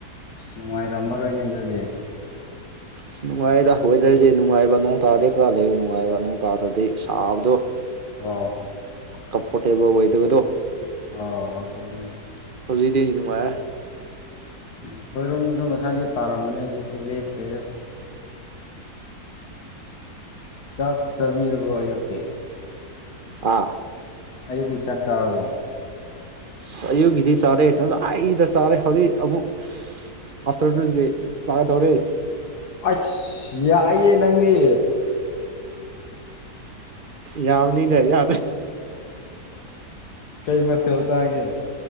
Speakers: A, on the left; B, on the right.
A: ꯑꯁ ꯅꯨꯡꯉꯥꯏꯔꯝꯃꯔꯣꯏꯅꯦ ꯑꯗꯨꯗꯤ
B: ꯑꯁ ꯅꯨꯡꯉꯥꯏꯗ ꯋꯦꯗꯔꯁꯦ ꯅꯨꯡꯉꯥꯏꯕ ꯅꯣꯡ ꯇꯗꯣꯢ ꯋꯠꯂꯤꯕ ꯅꯨꯡꯉꯥꯏꯕ ꯅꯣꯡ ꯇꯥꯗ꯭ꯔꯗꯤ ꯁꯥꯕꯗꯣ
A: ꯍꯥ
B: ꯀꯝꯐꯣꯔꯇꯦꯕꯜ ꯑꯣꯏꯗꯕꯗꯣ
A: ꯑꯥ ꯑꯗꯨꯅꯦ
B: ꯍꯧꯖꯤꯛꯇꯤ ꯅꯨꯡꯉꯥꯏꯌꯦ
A: ꯑꯩꯈꯣꯏꯔꯣꯝꯗꯁꯨ ꯉꯁꯥꯏꯗꯤ ꯇꯥꯔꯝꯕꯅꯦ ꯍꯧꯖꯤꯛꯇꯤ ꯂꯦꯞꯈ꯭ꯔꯦꯗ ꯆꯥꯛ ꯆꯥꯕꯤꯔꯕꫭ ꯑꯌꯨꯛꯀꯤ
B: ꯑꯥ
A: ꯑꯌꯨꯛꯀꯤ ꯆꯥꯛ ꯆꯥꯔꯕꯣ
B: ꯑꯁ ꯑꯌꯨꯛꯀꯤꯗꯤ ꯆꯥꯔꯦ ꯉꯁꯥꯏꯅ ꯆꯥꯔꯦ ꯍꯧꯖꯤꯛ ꯑꯃꯨꯛ ꯑꯥꯐꯇꯔꯅꯨꯟꯒꯤ ꯆꯥꯒ ꯗꯧꯔꯦ
A: ꯑꯁ ꯌꯥꯏꯌꯦ ꯅꯪꯗꯤ
B: ꯌꯥꯕꯅꯤꯅꯦ ꯌꯥ
A: ꯀꯩ ꯃꯊꯦꯜ ꯆꯥꯒꯦ